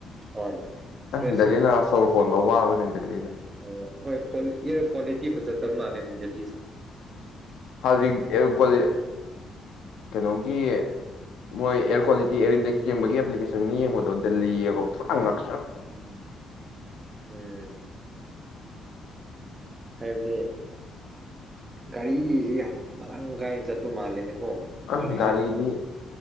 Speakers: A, on the right; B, on the left.
A: ꯍꯣꯏ
B: ꯑ
A: ꯐ꯭ꯔꯦꯁ
B: ꯗꯦꯜꯂꯤ ꯂꯥꯛꯔ ꯁ ꯍꯣꯟꯕ ꯋꯥꯕꯅꯦ ꯗꯦꯜꯂꯤꯗ
A: ꯑ ꯍꯣꯏ ꯏꯌꯥꯔ ꯀ꯭ꯋꯥꯂꯤꯇꯤ ꯐꯖꯠꯇꯕ ꯃꯥꯜꯂꯦ ꯗꯦꯜꯂꯤꯁꯦ
B: ꯍꯧꯖꯤꯛꯣ ꯀꯩꯅꯣꯒꯤ ꯃꯣꯏ ꯑꯦꯌꯥꯔ ꯀ꯭ꯋꯥꯂꯤꯇꯤ ꯏꯌꯥꯔ ꯏꯟꯗꯦꯛꯁ ꯌꯦꯡꯕꯒꯤ ꯑꯦꯄ꯭ꯂꯤꯀꯦꯁꯟꯅ ꯌꯦꯡꯕꯗꯣ ꯗꯦꯜꯂꯤꯒ ꯄꯨꯠ ꯉꯛ
A: ꯎꯝ ꯍꯝ ꯍꯥꯏꯕꯗꯤ ꯒꯥꯔꯤꯁꯤ ꯌꯥꯝ ꯃꯔꯥꯡ ꯀꯥꯏꯅ ꯆꯠꯄ ꯃꯥꯜꯂꯦꯅꯦ ꯑꯣꯣ
B: ꯑꯁ
A: ꯄꯣꯂꯨꯁꯟ
B: ꯒꯥꯔꯤꯗꯤ